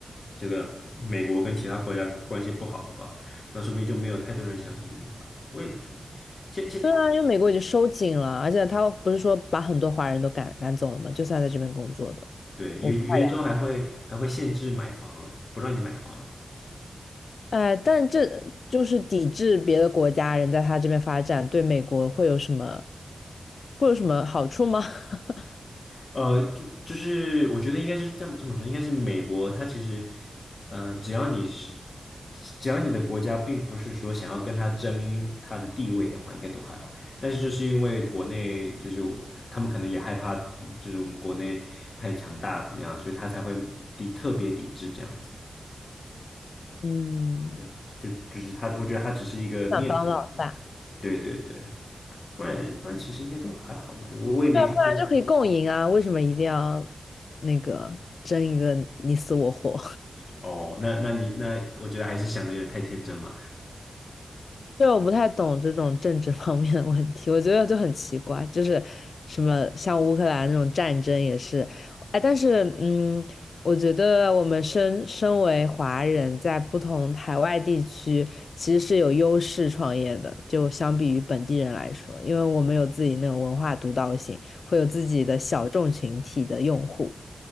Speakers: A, on the left; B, on the left.
A: 这个美国跟其他国家关系不好的话，那说不定就没有太多人想移民吧。我也不确定。现现
B: 对啊，因为美国已经收紧了，而且他不是说把很多华人都赶赶走了吗？就算在这边工作的，
A: 对有有一州还会还会限制买房，
B: 我不太了
A: 不让你买房。
B: 哎，但这就是抵制别的国家人在他这边发展，对美国会有什么会有什么好处吗？<laughs>
A: 呃，就就是我觉得应该是这么这么说，应该是美国，它其实，呃，只要你是，只要你的国家并不是说想要跟他争他的地位的话，应该都还好。但是就是因为国内就是我他们可能也害怕，就是我们国内太强大怎么样，所以他才会抵特别抵制这样子。
B: 嗯，
A: 对，就就是他，我觉得他只是一个面子问题。
B: 不想当老大。
A: 对对对，不然不然其实应该都还好嘛。我我也没听过。
B: 对啊，不然就可以共赢啊，为什么一定要那个争一个你死我活？
A: 哦，那那你那我觉得还是想的有点太天真了。
B: <laughs> 对，我不太懂这种政治方面的问题，我觉得就很奇怪，就是什么像乌克兰那种战争也是，哎，但是嗯，我觉得我们身身为华人，在不同海外地区其实是有优势创业的，就相比于本地人来说，因为我们有自己那种文化独到性，会有自己的小众群体的用户。